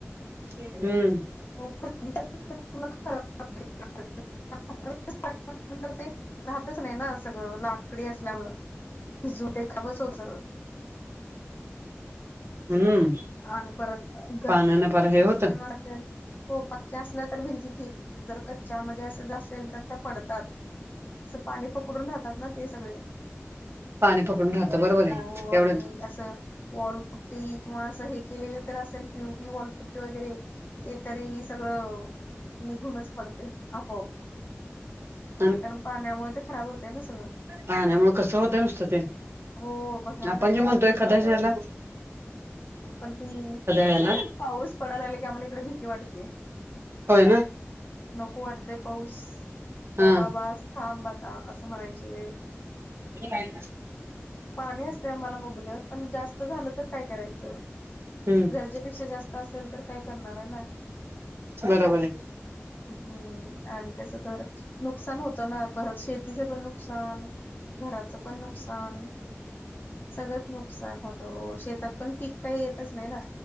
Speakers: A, on the right (about 55°); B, on the left (about 45°).
A: हम्म
B: <unintelligible> नर ते राहतच नाही ना सगळं लाकडी असल्यामु तिजू ते खबरच होत.
A: हम्म
B: आणि आणि परत इका
A: पर हे होत.
B: प असल्या तर भिंती ठी च्यामध्ये असं असल तर त्या पडतात. अस पाणी पकडून राहतात ना ते सगळे
A: पाणी पकडून राहतं बरोबर आहे
B: हो
A: एवढं
B: आणि असं वॉलपुट्टी किंवा असं हे केलेले तर असेल पि पी वॉलपुट्टी वगैरे ते तरी सगळं निघूनच पडते आपोआप
A: ह
B: कारण पाण्यामुळे ते खराब होते ना सगळं
A: पाहण्यामु कसं होतं नुसतं ते
B: हो भयानक
A: आपण जे
B: परिस्थिती
A: म्हणतोय एखाद्या
B: होते
A: शिहाला
B: पण ती
A: ह्याला
B: पाऊस पड आम्हाला इडे भीती वाटते
A: होय ना
B: नको वाटते. पाऊस
A: हा
B: बाबा थांब आता असं म्हणायची वेळ येते.
A: ना <unintelligible>
B: पाणी असते आम्हाला मुबलक पण जास्त झालं तर काय करायचं?
A: हम्म
B: गरजेपेक्षा जास्त असेल तर काय करणार आहे ना?
A: बरोबर आहे.
B: हम्म आणि त्याचं घर नुकसान होतं ना? परत शेतीच पण नुकसान घराच पण नुकसान सगळंच नुक नुकसान होत शेतात पण पीक काही येतच नाही ना